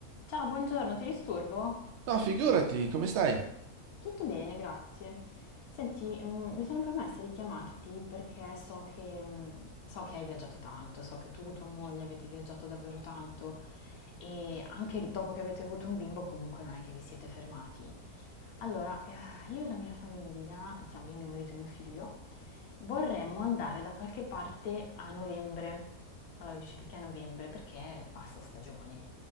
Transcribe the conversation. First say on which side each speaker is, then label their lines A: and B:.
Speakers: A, on the left; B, on the right.
A: Ciao, buongiorno, ti disturbo?
B: No, figurati, come stai?
A: Tutto bene, grazie. Senti, mm, mi sono permessa di chiamarti perché so che, mm, so che hai viaggiato tanto, so che tu e tua moglie avete viaggiato davvero tanto e anche dopo che avete avuto un bimbo comunque non è che vi siete fermati. Allora, eh, io e la mia famiglia, siamo io, mio marito e mio figlio, vorremmo andare da qualche parte a novembre. Allora dici perché a novembre? Perché basta stagione.